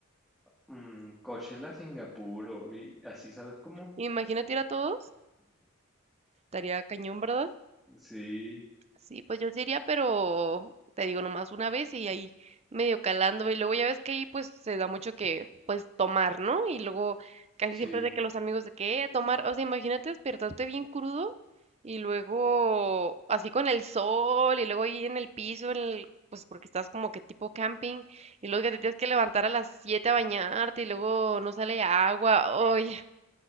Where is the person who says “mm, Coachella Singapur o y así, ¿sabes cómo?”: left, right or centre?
Centre